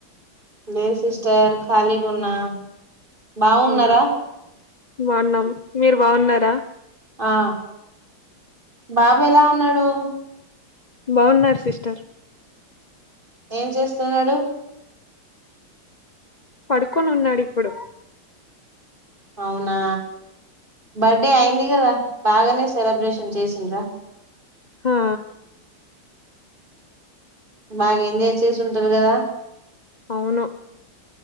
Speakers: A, on the right; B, on the left.
A: లేదు సిస్టర్ ఖాళీగా ఉన్నా బాగున్నారా
B: అవునా బాగున్నాం మీరు బాగున్నారా
A: ఆ బాబు ఎలా ఉన్నాడు
B: బాగున్నారు సిస్టర్
A: ఏం చేస్తున్నాడు
B: పడుకొని ఉన్నాడు ఇప్పుడు
A: అవునా బర్త్డే అయింది కదా బాగానే సెలబ్రేషన్ చేసిండ్రా
B: హా
A: బాగా ఎంజాయ్ చేసింటారు కదా
B: అవును